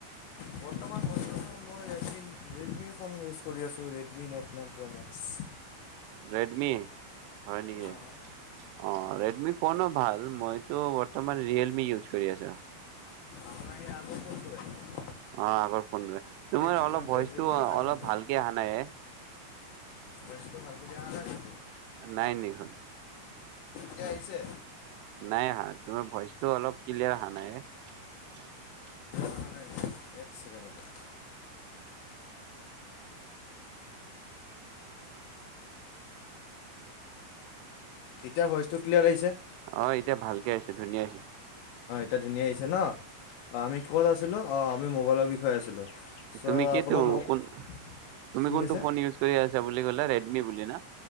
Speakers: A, on the left; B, on the right.
A: বৰ্তমান সময় মই ৰেডমি, ৰেডমি ফোন ইউজ কৰি আছোঁ ৰেডমি ন'ট নাইন প্ৰ' মেক্স।
B: ৰেডমি? হয় নেকি,
A: অঁ
B: অ ৰেডমি। কনো ভাল মইতো বৰ্তমান ৰিয়েলমি ইউজ কৰি আছোঁ।
A: আপোনাৰ এই আগ ফোন তোয়ে?
B: অ, আগ ফোন তোমাৰ
A: যুগন্ত
B: অলপ ভইচটো
A: যুগৰ আগত
B: অলপ ভালকে আহা নাই।
A: ভইচটো ভালকৰি আহা নাই।
B: নাই নিখন
A: এতিয়া আহিছে?
B: নাই আহা, তোমাৰ ভইচটো অলপ ক্লিয়াৰ অহা নাই।
A: আহা নাই নি, এক ছেকেণ্ডত ৰ'ব । এতিয়া ভইচটো ক্লিয়াৰ আহিছে?
B: অ, এতিয়া ভালকে আহিছে ধুনীয়া কে
A: এতয়া ধুনীয়া আহি হৈছে ন আমি ক'ত আছিলোঁ। অঁ আমি মোবাইলৰ বিষয়ে আছিলোঁ চ'
B: তুমি কিতো
A: আপোনাৰ ম
B: কো তুমি
A: কি
B: কোনটো
A: কৈছে?
B: ফোন ইউজ কৰি আছা বুলি ক'লে ৰেডমি বুলি ন